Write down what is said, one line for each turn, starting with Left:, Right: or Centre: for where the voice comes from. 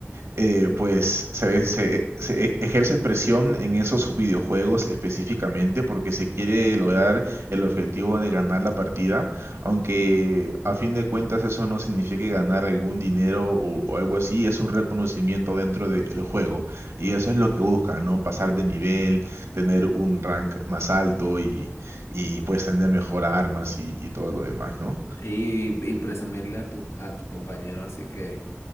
Right: eh, pues se, ve- se- eh, se e- ejerce presión en esos videojuegos específicamente porque se quiere lograr el objetivo de ganar la partida, aunque a fin de cuentas eso no signifique ganar algún dinero o, o algo así, es un reconocimiento dentro del juego y eso es lo que buscan, ¿no? Pasar de nivel, tener un rank más alto y, y pues tener mejor armas y, y todo lo demás, ¿no?
Left: Sí, y presumirle a tu, a tu compañero, así que,